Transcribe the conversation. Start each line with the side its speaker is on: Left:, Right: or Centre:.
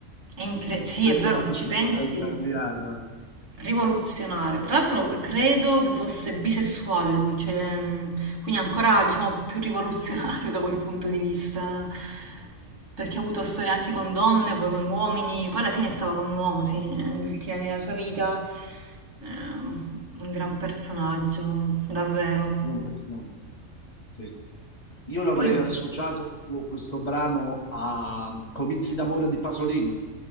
Right: È incre- sì,
Left: invece
Right: è vero,
Left: la
Right: se
Left: società
Right: ci pensi,
Left: italiana, un
Right: Rivoluzionario. Tra l'altro eh, credo che fosse bisessuale lui, cioè, mh, quindi ancora diciamo più rivoluzionario da quel punto di vista, perché ha avuto storie anche con donne, poi con uomini, poi alla fine stava con un uomo, sì, negli ultimi anni della sua vita, ehm, un gran personaggio, davvero.
Left: gran personaggio. Sì. Io l'avrei
Right: Poi,
Left: associato questo brano a Comizi d'amore di Pasolini.